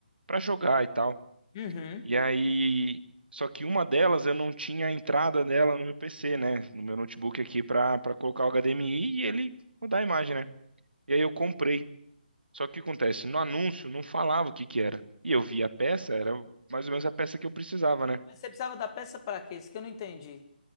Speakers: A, on the right; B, on the left.
A: pra jogar e tal.
B: uhum.
A: E aí. Só que uma delas eu não tinha a entrada dela no meu PC, né? No meu notebook aqui pra, pra colocar o HDMI e ele mudar a imagem, né? E aí eu comprei. Só que o que acontece? No anúncio não falava o que que era. E eu vi a peça, era mais ou menos a peça que eu precisava, né?
B: Mas você precisava da peça para quê? Isso que eu não entendi.